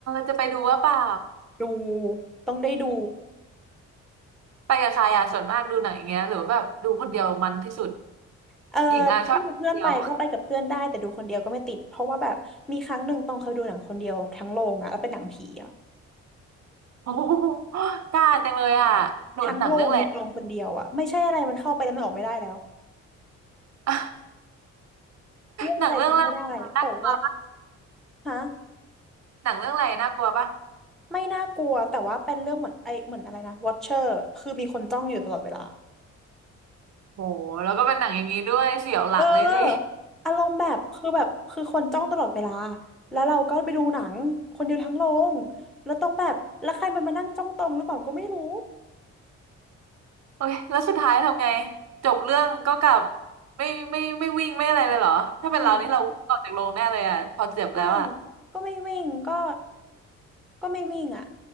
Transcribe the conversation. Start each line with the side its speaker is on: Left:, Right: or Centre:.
Right: จะไปดูว่าเปล่า
Centre: ดูต้องได้ดู
Right: ไปกับใครอ่ะส่วนมากดูหนังอย่างเงี้ยหรือว่าแบบดูคนเดียวมันที่สุด
Centre: เออถ้ามีเพื่อนไปก็ไปกับเพื่อนได้แต่ดูคนเดียวก็ไม่ติดเพราะว่าแบบมีครั้งหนึ่งตองเคยดูหนังคนเดียวทั้งโรงอ่ะแล้วเป็นหนังผีอ่ะ
Right: หญิงอ่ะชอบคนเดียว <laughs> โอ้โหกล้าจังเลยอ่ะหนูหนังเรื่องอะไร
Centre: ทั้งโรงมีตองคนเดียวอ่ะไม่ใช่อะไรมันเข้าไปแล้วมันออกไม่ได้แล้ว
Right: <laughs>
Centre: เรื่องอะไรจำไม่ได้แต่ว่า
Right: หนังเรื่องอะไรอะน่ากลัว
Centre: ฮะ
Right: หนังเรื่องอะไรน่ากลัวปะ
Centre: ไม่น่ากลัวแต่ว่าเป็นเรื่องเหมือนไอเหมือนอะไรนะ Watcher คือมีคนจ้องอยู่ตลอดเวลา
Right: โหแล้วก็เป็นหนังอย่างนี้ด้วยเสียวหลังเลยดิ
Centre: เอออารมณ์แบบคือแบบคือคนจ้องตลอดเวลาแล้วเราก็ไปดูหนังคนเดียวทั้งโรงแล้วต้องแบบแล้วใครมันมานั่งจ้องตรงหรือเปล่าก็ไม่รู้
Right: โอ้ยแล้วสุดท้ายทำไงจบเรื่องก็กลับไม่ไม่ไม่วิ่งไม่อะไรเลยเหรอถ้าเป็นเรานี่เราวิ่งออกจากโรงแน่เลยอ่ะพอเจ็บแล้วอ่ะ
Centre: ไม่ไม่ก็ไม่วิ่งก็ก็ไม่วิ่งอ่ะ